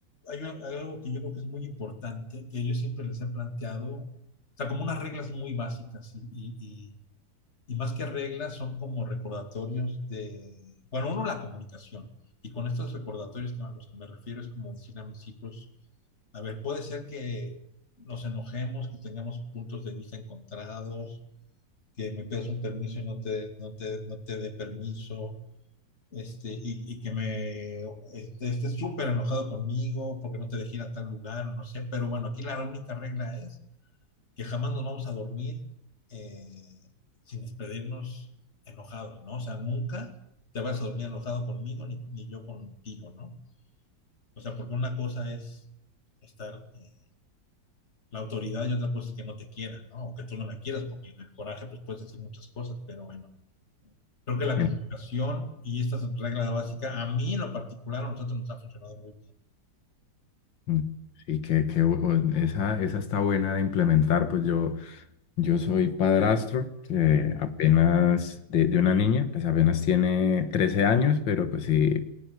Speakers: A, on the left; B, on the left.
A: hay, a- hay algo que yo creo que es muy importante, que yo siempre les he planteado, o sea, como unas reglas muy básicas y, y- y- y más que reglas son como recordatorios de, bueno, uno, la comunicación. Y con estos recordatorios que, a los que me refiero es como decir a mis hijos, a ver, puede ser que nos enojemos, que tengamos puntos de vista encontrados, que me pidas un permiso y no te, no te, no te dé permiso este, y, y que me este, esté súper enojado conmigo porque no te dejé ir a tal lugar, no sé, pero bueno, aquí la única regla es que jamás nos vamos a dormir eh, sin despedirnos enojados, ¿no? O sea, nunca te vas a dormir enojado conmigo ni, ni yo contigo, ¿no? O sea, porque una cosa es estar eh, la autoridad y otra cosa es que no te quieran, ¿no? O que tú no me quieras, porque en el coraje pues puedes decir muchas cosas, pero bueno, Creo que la
B: Em,
A: comunicación y esta regla básica, a mí en lo particular, a nosotros nos ha funcionado muy bien.
B: mm, Sí, que, que bu- bu- esa, esa está buena de implementar, pues yo, yo soy padrastro, eh, apenas de, de una niña, pues apenas tiene 13 años, pero pues sí,